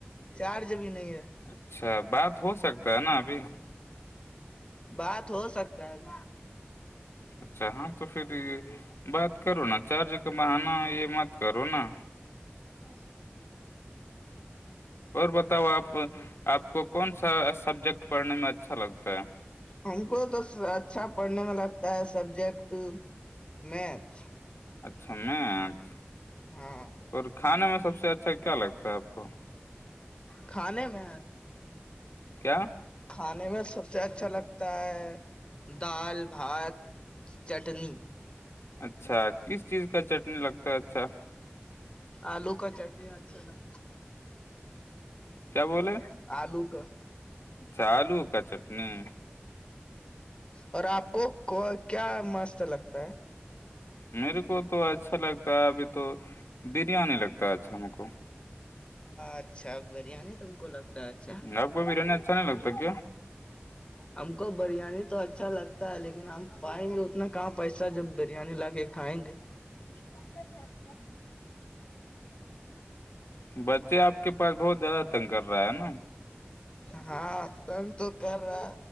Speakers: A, on the left; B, on the left.
A: چارج بھی نہیں ہے
B: اچھا بات ہو سکتا ہے نا ابھی
A: بات ہو سکتا ہے اب
B: اچھا ہاں تو پھر یہ بات کرو نا چارج کا بہانا یہ مت کرو نا
A: <inaudible>
B: اور بتاؤ آپ آپ کو کون سا سبجیکٹ پڑھنے میں اچھا لگتا ہے
A: ہم کو تو اچھا پڑھنے میں لگتا ہے سبجیکٹ میتھ
B: اچھا میں آٹ
A: ہاں
B: اور کھانے میں سب سے اچھا کیا لگتا ہے آپ کو
A: کھانے میں
B: کیا
A: کھانے میں سب سے اچھا لگتا ہے دال بھات چٹنی
B: اچھا کس چیز کا چٹنی لگتا ہے اچھا
A: آلو کا چٹنی اچھا لگ
B: کیا بولے
A: آلو کا
B: چالو کا چٹنی
A: اور آپ کو کیا مست لگتا ہے
B: میرے کو تو اچھا لگتا ہے ابھی تو بریانی لگتا ہے اچھا میر کو
A: اچھا بریانی تم کو لگتا ہے اچھا
B: اب کو بھی رہنے اچھا نہیں لگتا کیا
A: ہم کو بریانی تو اچھا لگتا ہے لیکن ہم پائیں گے اتنا کہاں پیسہ جب بریانی لا کے اٹھائیں گے
B: سا جگتا بچے آپ کے پاس بہت زیادہ تنگ کر رہا ہے نا
A: ہاں کم تو کر رہا